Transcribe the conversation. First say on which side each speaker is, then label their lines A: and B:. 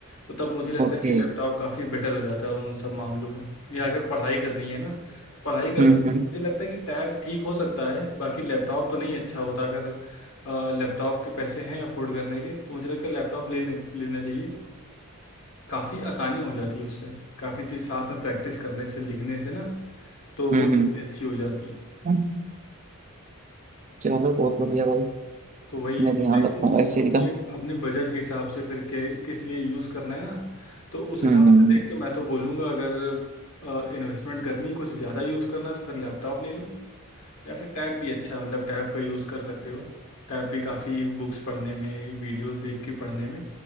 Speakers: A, on the left (about 75°); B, on the right (about 35°).
A: तो तब मुझे लगता
B: ओके
A: है कि लैपटॉप काफ़ी बेटर हो जाता है उन सब मामलों में या अगर पढ़ाई करनी है ना तो पढ़ाई करते
B: हम्म
A: समय
B: हम्म
A: मुझे लगता है कि टैब ठीक हो सकता है बाकी लैपटॉप तो नहीं अच्छा होता अगर लैपटॉप के पैसे हैं अफोर्ड करने के तो मुझे लगता है लैपटॉप लेने लेना चाहिए काफ़ी आसानी हो जाती है उससे काफ़ी चीज़ साथ में प्रैक्टिस करने से लिखने से ना तो वो
B: हम्म
A: चीज़ें
B: हम्म
A: अच्छी हो जाती हैं
B: हम्म, चलो बहुत बढ़िया भाई
A: तो वही
B: मैं
A: तो
B: ध्यान
A: देखो
B: रखूंगा इस चीज़
A: अपने
B: का
A: अपने बजट के हिसाब से फिर के किस लिए यूज़ करना है ना तो उस हिसाब
B: हम्म हम्म हम्म।
A: से देख के मैं तो बोलूँगा अगर इन्वेस्टमेंट करनी कुछ ज़्यादा यूज़ करना है तो फिर लैपटॉप ले लो या फिर टैब भी अच्छा है मतलब टैब का यूज़ कर सकते हो टैब भी काफ़ी बुक्स पढ़ने में वीडियोस देख के पढ़ने में